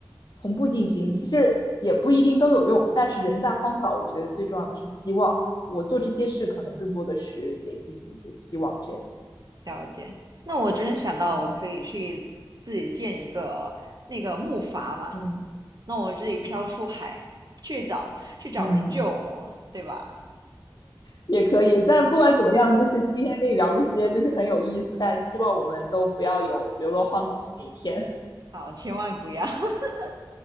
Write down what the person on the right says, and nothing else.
了解，那我真想到我可以去自己建一个那个木筏嘛，
那我自己飘出海去找去找人救我，
对吧？
好，千万不要，<laughs>